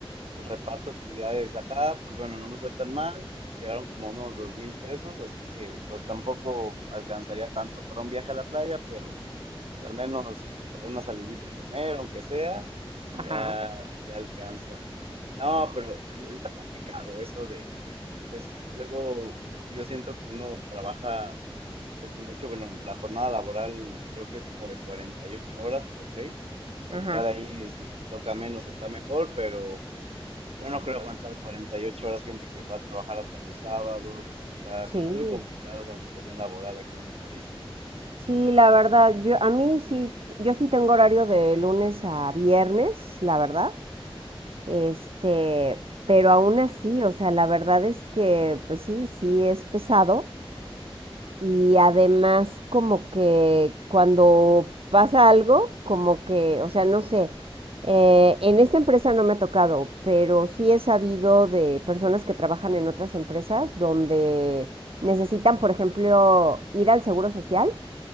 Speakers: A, on the right (about 85°); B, on the right (about 70°).
A: el reparto de utilidades. Acá, pues bueno, no me fue tan mal. Llegaron como unos dos mil pesos, así que pues tampoco alcanzaría tanto para un viaje a la playa, pero pues al menos para una salidita a comer, aunque sea,
B: Ajá,
A: ya, ya alcanza. No, pero eh, está complicado eso de, pues luego yo siento que uno trabaja pues mucho, bueno, la jornada laboral creo que es como de 48 horas por ley.
B: ajá,
A: Ya de ahí, si te toca menos, está mejor, pero yo no creo aguantar 48 horas gente que va a trabajar hasta los sábados. o sea, está
B: sí.
A: muy complicada esa situación laboral aquí en el país.
B: Sí, la verdad, yo a mí sí, yo sí tengo horario de lunes a viernes, la verdad. Este, pero aún así, o sea, la verdad es que, pues sí, sí es pesado. Y además, como que cuando pasa algo, como que, o sea, no sé, eh, en esta empresa no me ha tocado, pero sí he sabido de personas que trabajan en otras empresas donde necesitan, por ejemplo, ir al seguro social